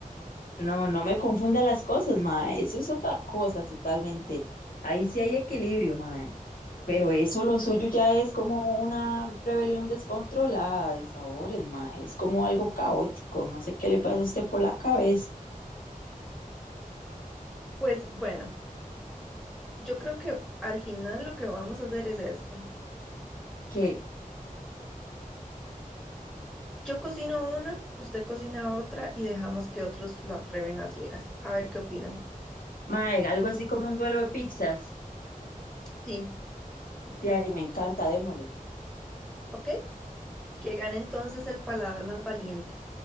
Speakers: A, on the left; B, in the centre.
A: No, no me confunda las cosas, ma. Eso es otra cosa totalmente. Ahí sí hay equilibrio, ma. Pero eso lo suyo ya es como una rebelión descontrolada de sabores, ma. Es como algo caótico. No sé qué le pasa a usted por la cabeza.
B: Pues bueno. Yo creo que al final lo que vamos a hacer es esto.
A: Que,
B: Yo cocino una, usted cocina otra y dejamos que otros la prueben a ciegas. A ver qué opinan.
A: ma, algo así como un duelo de pizzas.
B: Sí,
A: De ahí me encanta, démosle.
B: ¿ok? Que gane entonces el paladar más valiente.